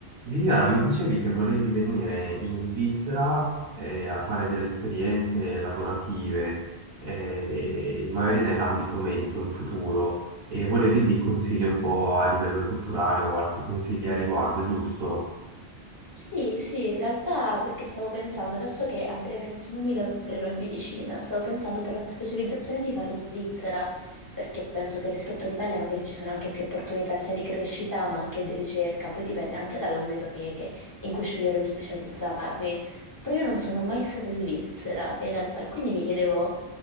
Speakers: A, on the right; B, on the left.
A: Viviana, mi dicevi che volevi venire in Svizzera eh, a fare delle esperienze lavorative, eh, magari nell'ambito medico in futuro, e volevi dei consigli un po' a livello culturale o altri consigli a riguardo, giusto?
B: Sì, sì, in realtà perché stavo pensando, adesso che a breve insomma mi lavorerò in medicina, stavo pensando per la specializzazione di farla in Svizzera, perché penso che rispetto all'Italia magari ci sono anche più opportunità sia di crescita ma anche di ricerca, poi dipende anche dall'ambito che- in cui sceglierò di specializzarmi. Però io non sono mai stata in Svizzera in realtà, e quindi mi chiedevo,